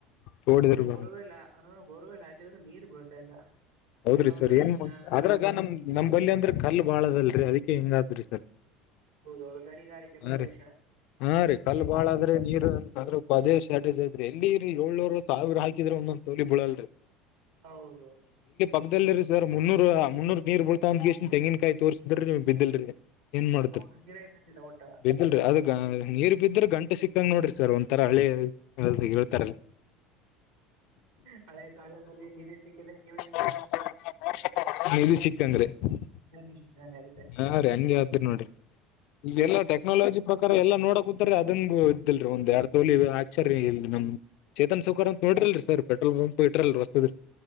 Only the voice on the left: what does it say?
ತೋಡಿದ್ರ
ಬರ
ಹೌದ್ರಿ
ಸರ್ ಏನ್
ಅದ್ರಾಗ ನಮ್ ನಮ್ ಬಲ್ಲಿ ಅಂದ್ರೆ ಕಲ್ ಬಾಳ ಅದಲ್ರರಿ ಅದಕ. ಹಿಂಗದ್ರ ಸರ್
ಹಾ
ರೀ ಹಾ ರೀ ಕಲ್ಲು ಬಾಳಾದ್ರಿ ನೀರು ಅದರದ ಅಷ್ಟೇ ಶ್ಯಾಟಜ್ತ್ ಐತ್ರಿ ಎಲ್ಲಿ ರೀ ಏಳ್ನೂರು ಸಾವಿರ ಹಾಕಿದ್ರೆ ಒಂದೊಂದ್ ತೋಲಿ ಬಿಲ್ಲಳ ರಿ
ಹಂಗ ಅಲ್ಲ ರಿ ಸರ್ ಮುನ್ನೂರ ಮುನ್ನೂರ್ ನೀರ್ ಬೀಳ್ತವ್ ಅಂದ್ಕೆಸಿ ಇಷ್ಟನ್ ತಂಗಿನಕಾಯಿ ತೋರ್ಸಿದ್ರ್ ನೀರ್ ಬಿದ್ದಿಲ್ರರಿ. ಏನ್ ಮಾಡ್ತರಿ
<unintelligible>
ಬಿದ್ದಲ್ರಿ ಅದಗ ನೀರ್ ಬಿದ್ದ್ರ ಗಂ ಸಿಕ್ಕಂಗ ನೋಡ್ರಿ ಸರ್ ಒಂಥರ ಹಳೆ ಕಡೆ ಹೇಳ್ತಾರಲ್
<unintelligible> ನಿಧಿ ಸಿಕ್ಕಂಗ್ರಿ. <unintelligible>
ಹಾ ರೀ ಹಂಗೆ ಅದ ನೋಡ್ರಿ ಈ ಎಲ್ಲಾ ಟೆಕ್ನಾಲಜಿ ಪ್ರಕಾರ ಎಲ್ಲಾ ನೋಡಕ್ ತರಿ ಅದನ್ ಇದ್ದಲ್ರಿ ಒಂದ್ ಎರಡ್ ತೋಲಿ ಅಚಾರಿ ಇ ನಮ ಚೇತನ್ ಸಾಹುಕಾರ್
ಅಂತ ನೋಡ್ರಿಲ್ರಿ ಸರ್ ಪೆಟ್ರೋಲ್ ಪಂಪ್ ಇಟ್ರಲ್ ರ ಹೊಸದು.